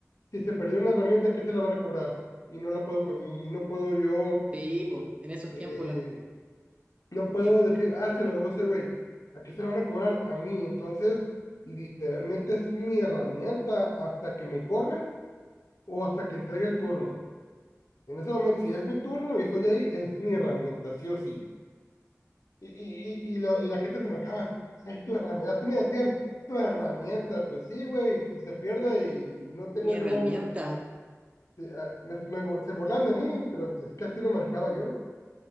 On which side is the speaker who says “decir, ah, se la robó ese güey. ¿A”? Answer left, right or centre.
Left